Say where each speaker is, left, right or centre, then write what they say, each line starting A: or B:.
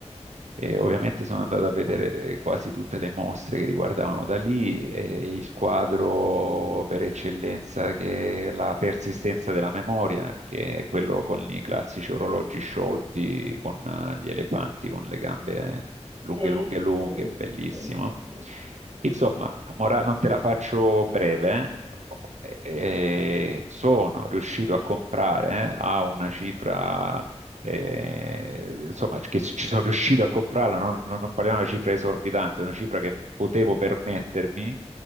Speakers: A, on the right; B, on the right.
A: E ovviamente sono andato a vedere le- quasi tutte le mostre che riguardavano da lì, e il quadro per eccellenza che è la persistenza della memoria, che è quello con i classici orologi sciolti, con eh, gli elefanti con le gambe eh, lunghe,
B: Sì,
A: lunghe, lunghe,
B: sì,
A: bellissimo.
B: sì, sì.
A: Insomma, la mora- non te la faccio breve, eh. Eh, sono riuscito a comprare eh, a una cifra, eh, insomma, che ci sono riuscito a comprarla, non, non- non parliamo di una cifra esorbitante, una cifra che potevo permettermi,